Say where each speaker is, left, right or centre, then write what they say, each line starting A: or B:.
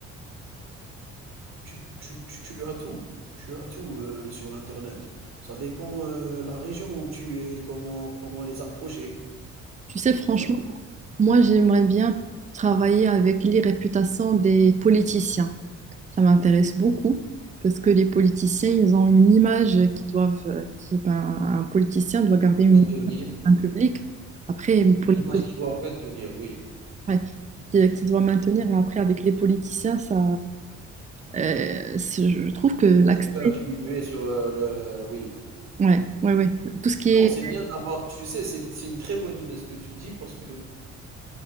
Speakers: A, on the right; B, on the right.
A: Tu tu tu tu as tout, tu as tout, heu, sur internet. Ça dépend, heu, la région où tu es, comment comment les approcher.
B: Tu sais, franchement,
A: Ça dé
B: moi, j'aimerais bien travailler avec les réputations des politiciens. Ça m'intéresse beaucoup parce que les politiciens, ils ont une image qui doivent, euh, qui- ben, un politicien doit garder une
A: maintenir
B: image un public. Après,
A: une
B: pour
A: image
B: la politique,
A: qu'ils doivent maintenir, oui.
B: ouais, qui, qui doit maintenir. Et après, avec les politiciens, ça, euh, c'est- je trouve que l'accès,
A: Ça peut influer sur, heu, le oui.
B: ouais, ouais, ouais, tout ce qui est,
A: Non, c'est bien d'avoir tu sais, c'est c'est une très bonne idée ce que tu dis parce que